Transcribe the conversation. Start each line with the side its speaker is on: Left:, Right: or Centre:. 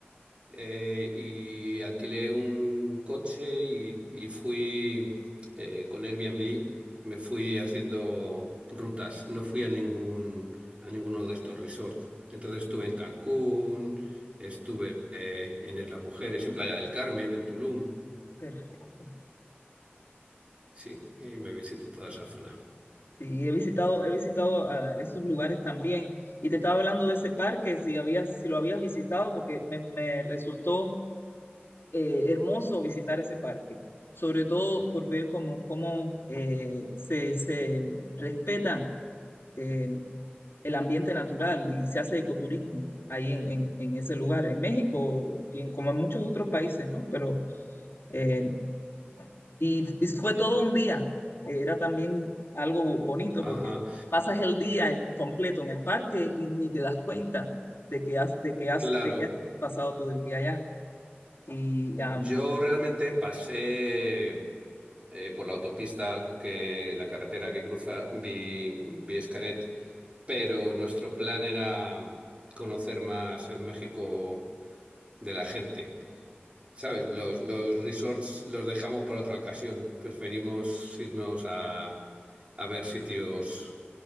Right: eh, y alquilé un coche y, y fui eh, con Airbnb, me fui haciendo rutas, no fui a ningún, a ninguno de estos resorts. Entonces estuve en Cancún, estuve eh, en Isla Mujeres, en Playa del Carmen, en Tulum,
Left: Perfecto.
Right: sí,
Left: Sí,
Right: y me visité toda esa zona.
Left: Sí, he visitado, he visitado ah, esos lugares también. Y te estaba hablando de ese parque, si habías, si lo habías visitado, porque me me resultó eh, hermoso visitar ese parque, sobre todo por ver cómo, cómo eh, se, se respeta eh, el ambiente natural y se hace ecoturismo ahí en, en- en ese lugar, en México y en, como en muchos otros países, ¿no? Pero, eh, y, y fue todo un día, era también algo bonito
Right: Ajá,
Left: porque pasas el día en- completo en el parque y ni te das cuenta de que has, de que has,
Right: claro,
Left: de que has pasado todo el día allá. Y am,
Right: yo realmente pasé. eh, por la autopista que la carretera que cruza vi, vi Xcaret, pero nuestro plan era conocer más el México de la gente. ¿Sabes? Los, los resorts los dejamos para otra ocasión. Preferimos irnos a, a ver sitios